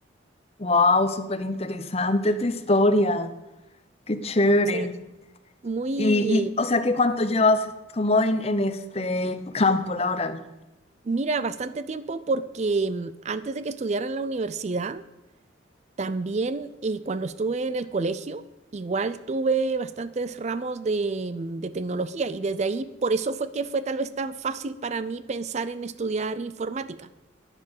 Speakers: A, on the left; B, on the right.
A: wow, súper interesante tu historia. Qué chévere.
B: sea, muy,
A: Y, y, o sea, que cuánto llevas como en, en este campo laboral?
B: mira, bastante tiempo porque mm, antes de que estudiara en la universidad, También eh, cuando estuve en el colegio, igual tuve bastantes ramos de, mm, de tecnología y desde ahí, por eso fue que fue tal vez tan fácil para mí pensar en estudiar informática,